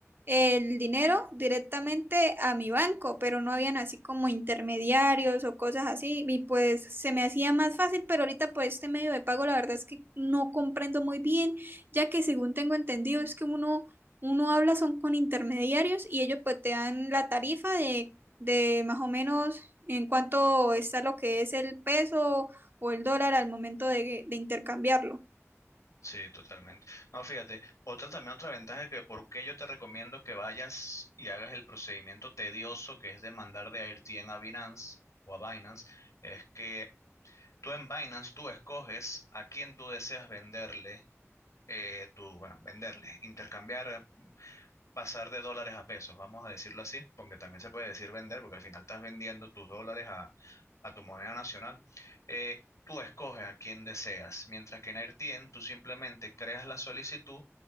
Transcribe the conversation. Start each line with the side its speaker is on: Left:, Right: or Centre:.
Right: el dinero directamente a mi banco, pero no habían así como intermediarios o cosas así, y pues se me hacía más fácil, pero ahorita por este medio de pago la verdad es que no comprendo muy bien, ya que según tengo entendido es que uno uno habla son con intermediarios y ellos pues te dan la tarifa de, de más o menos en cuánto está lo que es el peso o el dólar al momento de, de intercambiarlo.
Left: Sí, totalmente. No, fíjate, otra también otra ventaja que por qué yo te recomiendo que vayas y hagas el procedimiento tedioso que es de mandar de AirTM a Binance o a Binance, es que tú en Binance tú escoges a quién tú deseas venderle eh, tu, bueno, venderle, intercambiar, eh, pasar de dólares a pesos, vamos a decirlo así, porque también se puede decir vender, porque al final estás vendiendo tus dólares a, a tu moneda nacional. eh, tú escoges a quien deseas, mientras que en AirTien tú simplemente creas la solicitud